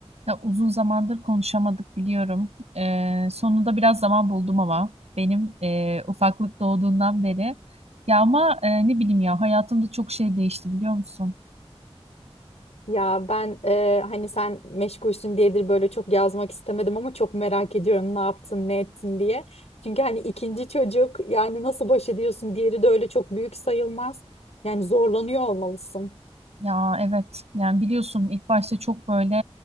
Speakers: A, on the right; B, on the left.
A: Ya uzun zamandır konuşamadık biliyorum. Ee, sonunda biraz zaman buldum ama benim e, ufaklık doğduğundan beri. Ya ama e, ne bileyim ya hayatımda çok şey değişti biliyor musun?
B: Ya ben e, hani sen meşgulsün diyedir böyle çok yazmak istemedim ama çok merak ediyorum ne yaptın ne ettin diye. Çünkü hani ikinci çocuk yani nasıl baş ediyorsun diğeri de öyle çok büyük sayılmaz. Yani zorlanıyor olmalısın.
A: Ya evet yani biliyorsun ilk başta çok böyle